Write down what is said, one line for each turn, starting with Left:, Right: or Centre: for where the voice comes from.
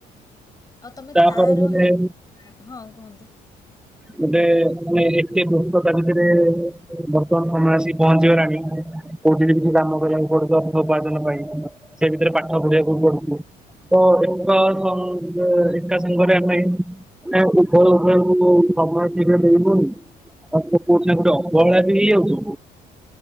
Left: ଆଉ ତମେ
Centre: ତାପରେ
Left: ତାର ହିଁ, ହଁ କୁହନ୍ତୁ?
Centre: ଗୋଟେ ମାନେ ଏତେ ବ୍ୟସ୍ତତା ଭିତରେ ବର୍ତ୍ତମାନ ସମୟ ଆସିକି ପହଞ୍ଚିଗଲାଣି କୋଉଠି ବି କିଛି କାମ କରିବାକୁ ପଡ଼ୁଥୁବ ଅର୍ଥ ଉପାର୍ଜନ ପାଇଁ ସେ ଭିତରେ ପାଠ ପଢ଼ିବାକୁ ପଡ଼ୁଚି। ତ ଏକ ସଙ୍ଗେ ଏକା ସାଙ୍ଗରେ ଆମେ ଏଇଠି ନାଁ ଉଭୟ ଉଭୟକୁ ସମୟ ଠିକରେ ଦେଇହୋଉନି ଆଉ କୋଉଠି ନା କୋଉଠି ଅବହେଳା ବି ହେଇଯାଉଚି।